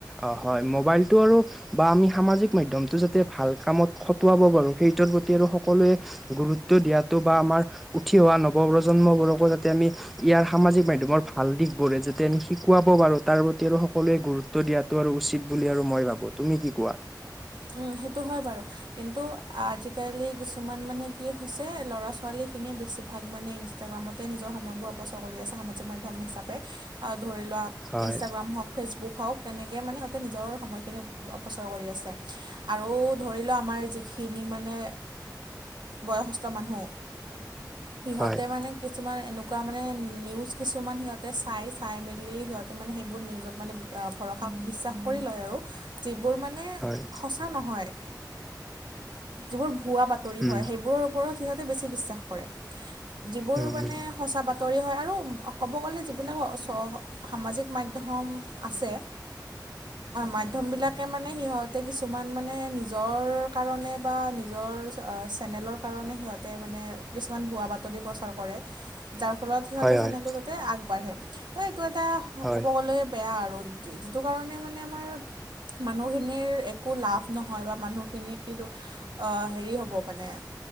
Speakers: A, in the centre; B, on the right.
A: অ, হয় মোবাইলটো আৰু বা আমি সামাজিক মাধ্যমটো যাতে ভাল কামত খটুৱাব পাৰো সেইটোৰ প্ৰতি আৰু সকলোৱে গুৰুত্ব দিয়াটো বা আমাৰ উঠি অহা নৱপ্ৰজন্মবোৰকো যাতে আমি ইয়াৰ সামাজিক মাধ্যমৰ ভাল দিশ বোৰে যাতে আমি শিকুৱাব পাৰো তাৰ প্ৰতি আমি সকলোৱে গুৰুত্ব দিয়াত টো আৰু উচিত বুলি আৰু মই ভাবো তুমি কি কোৱা?
B: অ, সেইটো হয় বাৰু। কিন্তু আজিকালি কিছুমান মানে কি হৈছে ল'ৰা ছোৱালীখিনি বেছিভাগ মানে ইনষ্টাগ্ৰামতে নিজৰ সময়বোৰ অপচয় কৰি আছে সামাজিক মাধ্যম হিচাপে ধৰি লোৱা
A: হয়
B: ইনষ্টাগ্ৰাম হওক ফেচবুক হওক তেনেকে মানে সিহঁতে নিজৰ সময়খিনি অপচয় কৰি আছে। আৰু ধৰি লওক আমাৰ যিখিনি মানে বয়সস্থ মানুহ সিহঁতে
A: হয়
B: মানে কিছুমান এনেকুৱা মানে নিউজ কিছুমান সিহঁতে চাই চাই মেলি সিহঁতে মানে সেইবোৰ নিউজত মানে ভৰসা বিশ্বাস কৰি লয় আৰু যিবোৰ মানে
A: হয়।
B: এ নহয় যিবোৰ ভুৱা-বাতৰি
A: উম,
B: হয় সেইবোৰৰ ওপৰত সিহঁতে বেছি বিশ্বাস কৰে যিবোৰ
A: উম,
B: মানে
A: উম,
B: সঁচা বাতৰি হয় আৰু ক'ব গ'লে যিবিলাক চ সামাজিক মাধ্যম আছে মাধ্যম বিলাকে মানে সিহঁতে কিছু কিছুমান মানে নিজৰ কাৰণে বা নিজৰ চেনেলৰ কাৰণে সিহঁতে মানে কিছুমান ভুৱা বাতৰি প্ৰচাৰ কৰে। যাৰ ফলত সিহঁতৰ
A: হয়,
B: চেনেলটো
A: হয়,
B: যাতে আগবাঢ়ে তো এইটো এটা
A: হয়,
B: ক'ব গ'লে বেয়া আৰু। যিটো কাৰণে মানে আমাৰ মানুহখিনিৰ এক একো লাভ নহয় বা মানুহখিনিৰ হেৰি হ'ব মানে